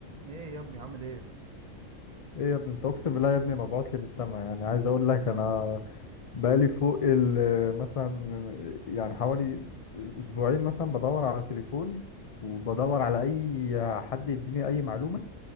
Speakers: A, on the right (about 35°); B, on the left (about 50°).
A: ايه يا ابني عامل ايه
B: ايه يا ابني انت اقسم بالله يا ابني مبعوت لي من السما يعني عايز اقول لك انا بقالي فوق ال مثلا يعني حوالي اسبوعين مثلا بدور على التليفون وبدور على اي حد يديني اي معلومه